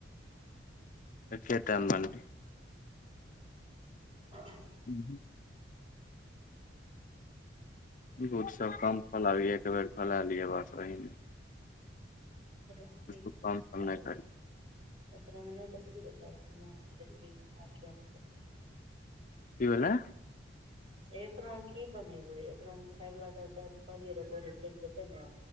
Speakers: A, on the left (about 45°); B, on the right (about 30°).
A: कटा बान।
B: ह।
A: हूँ। दूध सभ कम फलाबियै एक बेर फैला लियै बस ओहीने।
B: च ठीक
A: काम सब
B: कह।
A: नहि करी
B: ओ मने देखल द खेल आ खेल।
A: कि भेलला
B: एकना की बनेबै एकना खायवला रह कहलियै र बोरी चलि जेतै ने।